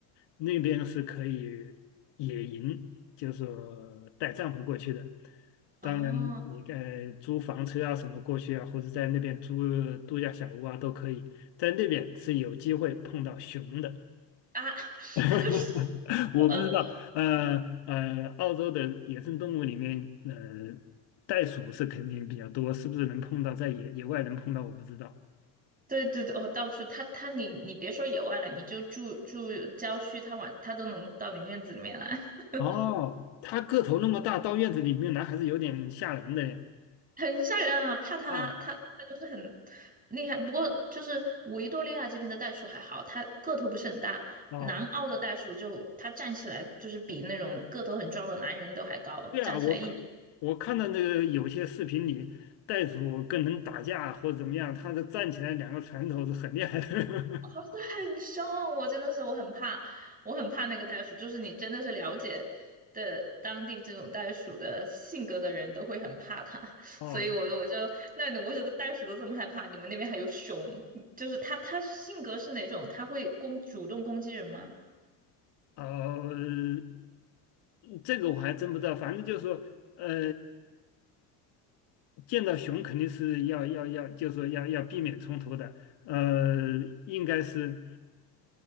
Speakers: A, on the left; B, on the right.
A: 那边是可以野营，就说带帐篷过去的。当然，
B: 哦
A: 你该租房车啊什么过去啊，或者在那边租度假小屋啊都可以，在那边是有机会碰到熊的。
B: 啊，<laughs>
A: <laughs> 我不知道，
B: 呃，
A: 呃呃，澳洲的野生动物里面，呃，袋鼠是肯定比较多，是不是能碰到在野野外能碰到？我不知道。
B: 对对对，哦，到处他他你你别说野外了，你就住住郊区，他往他都能到你院子里面来，<laughs>
A: 哦，它个头那么大，到院子里面来还是有点吓人的耶。
B: 很吓人啊！怕他他他就是很
A: 啊
B: 厉害，不过就是维多利亚这边的袋鼠还好，它个头不是很大，
A: 啊，
B: 南澳的袋鼠就它站起来就是比那种个头很壮的男人都还高，
A: 对啊，
B: 站起来一米
A: 我看我看到那个有些视频里，袋鼠跟人打架或怎么样，它的站起来两个拳头是很厉害的。
B: 哦，对，<laughs> 很凶，我真的是我很怕，我很怕那个袋鼠。就是你真的是了解的当地这种袋鼠的性格的人都会很怕它，<laughs>
A: <laughs> 哦，
B: 所以我我就那你我觉得袋鼠都这么害怕，你们那边还有熊，就是它它性格是哪种？它会攻主动攻击人吗？
A: 哦，这个我还真不知道，反正就是说，呃，见到熊肯定是要要要，就是说要要避免冲突的。呃，应该是